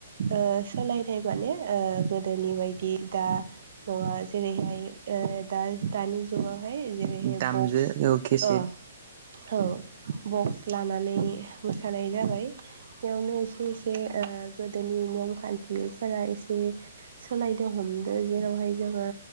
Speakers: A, on the right; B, on the right.
A: ओ सोलायथाइ माने ओ गोदोनि बायदि दा नङा जेरैहाय ओ ओ दा दानि जुगावहाय जेरैहाय
B: दामजो
A: बक्स
B: औ केसेट
A: अ औ बक्स लानानै मोसानाय जाबाय बेयावनो एसे एसे ओ गोदोनि निअम खान्थिफोरा एसे सोलायदों हमदों जेरावहाय जोङो